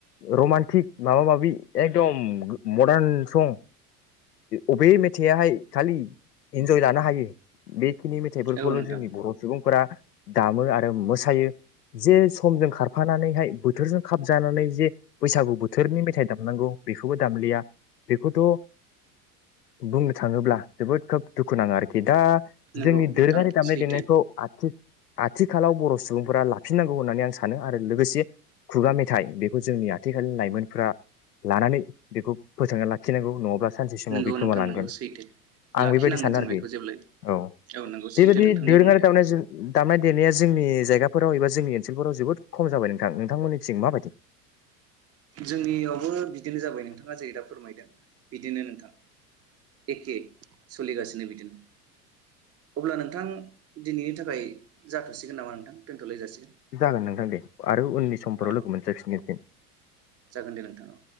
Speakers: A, on the left (about 80°); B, on the right (about 30°).
A: रमान्टिक माबा माबि एकदम मदान सं अबे मेथाइयाहाय खालि इन्जय लानो हायो बे खिनि मेथाइफोरखौल'
B: औ नोंथां
A: जोंनि बर' सुबुंफोरा दामो आरो मोसायो जे समजों खारफानानैहाय बोथोरजों खाबजानानै जे बैसागु बोथोरनि मेथाइ दामनांगौ बेखौबो दामलिया बेखौथ' बुंनो थाङोब्ला जोबोद खोब दुखु नाङो आरोखि दा
B: नंगौ
A: जोंनि दोरोङारि
B: नोंथां
A: दामनाय
B: सैथो
A: देनायखौ आथिखालाव बर' सुबुंफोरा लाख फिनांगौ होननानै आं सानो आरो लोगोसे खुगा मेथाइ बेखौ जोंनि आथिखालनि लाइमोनफोरा लानानै बेखौ फोथांना लाखिनांगौ नङाब्ला सानसे समाव
B: नंगौ
A: बे गोमालांगोन
B: नोंथां नंगौ सैथो
A: आं
B: लाखिनांगोन
A: बेबायदि सानो
B: जों
A: आरोखि
B: बेखौ जेब्लायबो
A: औ
B: नंगौ सैथो
A: बेबायदि
B: नोंथांनि
A: दोरोङारि
B: बुंनाया
A: दामनाय दामनाय देनाया जोंनि जायग जायगाफोराव एबा जोंनिओनोलफोराव जोबोद खम जाबाय नोंथां नोंथांमोननिथिं माबायदि
B: जोंनियावबो बिदिनो जाबाय नोंथाङा जेरै दा फोरमायदों बिदिनो नोंथां एखे सोलिगासिनो बिदिनो अब्ला नोंथां दिनैनि थाखाय जाथ'सिगोन नामा नोंथां दोन्थ' लायजासिगोन
A: जागोन नोंथां दे आरो उननि समफोराव
B: औ औ
A: लोगो मोनज्लायफिनगोन दे
B: जागोन दे नोंथां औ